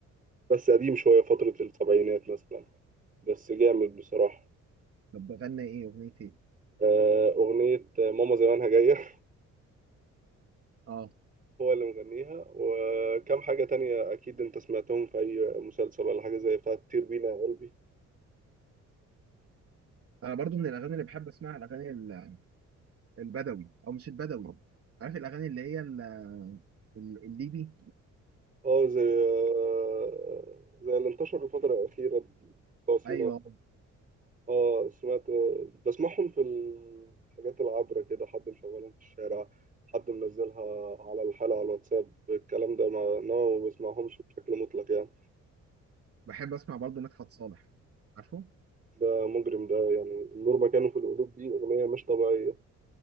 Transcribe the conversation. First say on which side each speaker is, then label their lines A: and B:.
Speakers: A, on the right; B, on the right.
A: بس قديم شويه فتره السبعينات مثلا بس جامد بصراحه
B: طب بغنى ايه اغنيه ايه
A: آه، اغنيه ماما زمانها جايه
B: اه
A: هو اللي مغنيها وكم حاجة تانية أكيد أنت سمعتهم في أي مسلسل ولا حاجة زي بتاعة طير بينا يا قلبي
B: انا برضه من الاغاني اللي بحب اسمعها الاغاني ال- البدوي او مش البدوي عارف الاغاني اللي هي ال- ال- الليبي
A: اه زي آه، زي اللي انتشر الفترة الأخيرة بتوع سينا
B: ايوه
A: اه سمعت بسمعهم في الحاجات العابرة كده حد مشغلهم في الشارع حد منزلها على الحالة على الواتساب الكلام ده ما إنما ما بسمعهمش بشكل مطلق يعني
B: بحب اسمع برضه مدحت صالح عارفه
A: ده مجرم ده يعني النور مكانه في القلوب دي أغنية مش طبيعية